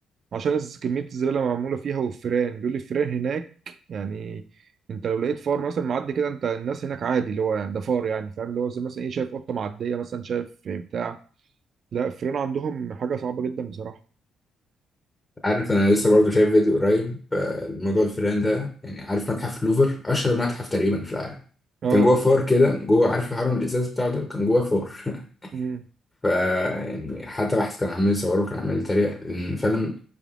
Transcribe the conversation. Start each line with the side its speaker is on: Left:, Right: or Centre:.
Right: عشان الز- كمية الزبالة اللي معمولة فيها والفيران بيقول لي الفيران هناك يعني انت لو لقيت فار مثلا معدي كده انت الناس هناك عادي اللي هو ده فار يعني فاهم اللي هو زي مثلا ايه شايف قطة معدية مثلا شايف بتاع لا الفيران عندهم حاجة صعبة جدا بصراحة
Left: عارف انا لسه برضو شايف فيديو قريب آه، الموضوع الفيران ده يعني عارف متحف لوفر اشهر متحف تقريبا في العالم
Right: اه
Left: كان جوه فار كده جوه عارف الهرم الازاز بتاعه ده كان جوه فار <laughs>
Right: امم
Left: ف يعني حتى واحد كان عمال يصوره كان عمال يتريق ان فعلا